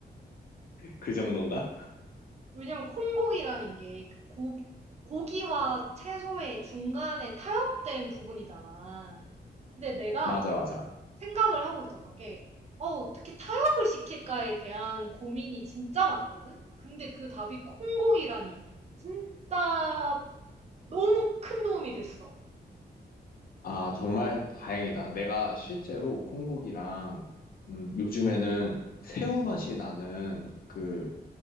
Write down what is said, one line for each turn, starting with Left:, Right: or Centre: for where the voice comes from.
Left: 그 정도인가?
Right: 왜냐면 콩고기라는 게 그 고 고기와 채소의 중간에 타협된 부분이잖아. 근데 내가
Left: 맞아, 맞아.
Right: 생각을 하고 있었던 게 '어 어떻게 타협을 시킬까.'에 대한 고민이 진짜 많았거든. 근데 그 답이 콩고기라니 진짜 너무 큰 도움이 됐어.
Left: 아, 정말 다행이다. 내가 실제로 콩고기랑 음, 요즘에는 새우 맛이 나는 그